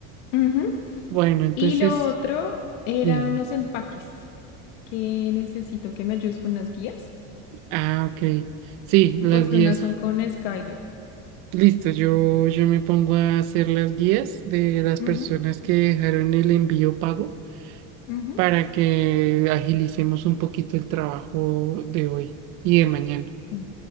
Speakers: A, on the left (about 75°); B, on the right (about 60°).
A: Ujú.
B: Bueno, entonces,
A: Y lo otro eran
B: dime.
A: unos empaques que necesito que me ayudes con las guías.
B: Ah, ok. Sí, las
A: porque
B: guías.
A: unas son con Skydrop.
B: Listo, yo, yo me pongo a hacer las guías de las
A: Ujú,
B: personas que dejaron el envío pago
A: ujú.
B: para que agilicemos un poquito el trabajo de hoy y de mañana.
A: Sí.